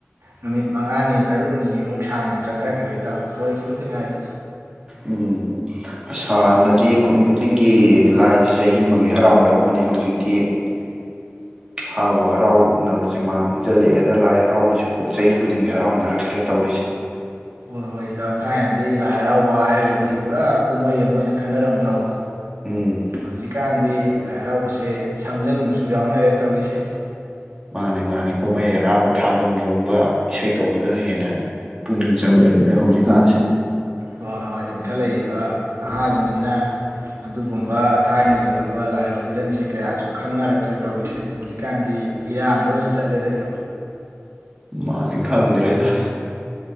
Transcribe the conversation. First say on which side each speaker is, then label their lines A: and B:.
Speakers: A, on the right; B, on the right.
A: ꯅꯨꯃꯤꯠ ꯃꯉꯥꯅꯤ ꯇꯔꯨꯛꯅꯤ ꯑꯃꯨꯛ ꯁꯥꯡꯅ ꯆꯠꯊꯈ꯭ꯔꯦ ꯏꯇꯥꯎ ꯂꯣꯏꯈꯤꯕꯇ ꯉꯥꯏꯔꯤ
B: ꯎꯝ ꯑꯁꯥꯟꯅꯗꯤ ꯈꯨꯟ ꯈꯨꯗꯤꯡꯒꯤ ꯂꯥꯏꯁꯤ ꯆꯍꯤ ꯑꯃꯒꯤ ꯍꯔꯥꯎꯅꯔꯝꯃꯅꯤ ꯍꯧꯖꯤꯛꯇꯤ ꯍꯥꯥꯎꯕꯨ ꯍꯔꯥꯎꯅꯕꯁꯦ ꯃꯥꯡꯁꯤꯜꯂꯛꯑꯦꯗ ꯂꯥꯏ ꯍꯔꯥꯎꯕꯕꯁꯤ ꯆꯍꯤ ꯈꯨꯗꯤꯡꯒꯤ ꯍꯔꯥꯎꯅꯔꯛꯇ꯭ꯔꯦ ꯇꯧꯔꯤꯁꯦ
A: ꯍꯍꯣꯏ ꯊꯥꯏꯅꯗꯤ ꯂꯥꯏ ꯍꯔꯥꯎꯕ ꯍꯥꯏꯔꯒꯗꯤ ꯄꯨꯔꯥ ꯀꯨꯝꯍꯩ ꯑꯃ ꯑꯣꯏꯅ ꯈꯟꯅꯔꯝꯗ꯭ꯔꯣ
B: ꯎꯝ
A: ꯑꯖꯤ ꯀ ꯀꯥꯟꯗꯤ ꯂꯥꯏ ꯍꯔꯥꯎꯕꯁꯦ ꯁꯝꯖꯟꯕꯁꯨ ꯌꯥꯎꯅꯔꯦ ꯇꯧꯔꯤꯁꯦ
B: ꯃꯥꯅꯦ ꯃꯥꯅꯦ ꯀꯨꯃꯩ ꯍꯥꯔꯥꯎ ꯊꯥꯕꯜ ꯆꯣꯡꯕ ꯏꯁꯩ ꯇꯧꯕꯗꯅ ꯍꯦꯟꯅ ꯄꯨꯛꯅꯤꯡ ꯆꯪꯅꯔꯦ ꯑꯗ ꯍꯧꯖꯤꯛꯀꯥꯟꯁꯦ
A: ꯍꯣꯏ ꯍꯣꯏ ꯏꯟꯈꯠꯂꯛꯏꯕ ꯅꯍꯥꯁꯤꯡꯁꯤꯅ ꯑꯗꯨꯒꯨꯝꯕ ꯊꯥꯏꯅꯒꯤ ꯑꯣꯏꯕ ꯂꯥꯏꯔꯝ ꯇꯤꯔꯟꯁꯦ ꯀꯌꯥꯁꯨ ꯈꯪꯅꯔꯛꯦ ꯄ꯭ꯔꯦ ꯇꯕꯤꯁꯦ ꯍꯧꯖꯤꯛꯀꯥꯟꯗꯤ ꯏꯔꯥꯡ ꯂꯣꯏꯅ ꯆꯠꯂꯦꯗ <inaudible>
B: ꯃꯥꯅꯤ ꯈꯪꯗ꯭ꯔꯦꯗ